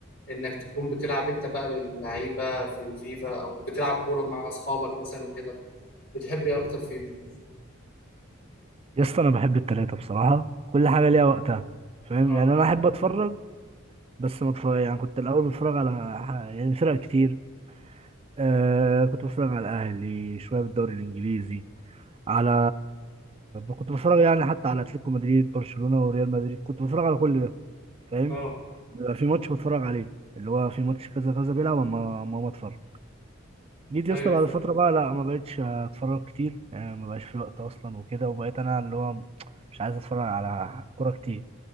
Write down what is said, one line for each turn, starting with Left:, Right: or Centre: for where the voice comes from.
Left: انك تكون بتلعب انت بقى باللعيبة في الفيفا او بتلعب كورة مع اصحابك مثلا وكده بتحب ايه اكتر فيهم
Right: يا اسطى انا بحب التلاتة بصراحة كل حاجة ليها وقتها فاهم
Left: اه
Right: يعني انا احب اتفرج بس ما اتفرج يعني كنت الاول بتفرج على ح- يعني فرق كتير آه كنت بتفرج على الاهلي شوية بالدوري الانجليزي على كنت بتفرج يعني حتى على اتلتيكو مدريد برشلونة وريال مدريد كنت بتفرج على كل ده فاهم
Left: اه
Right: بيبقى في ماتش بتفرج عليه اللي هو في ماتش كذا كذا بيلعب اما اما ما اتفرج جيت
Left: ايوه
Right: يا اسطى بعد
Left: فاهم
Right: فترة بقى لا ما بقتش اتفرج كتير يعني ما بقاش في وقت اصلا وكده وبقيت انا اللي هو مش عايز اتفرج على كورة كتير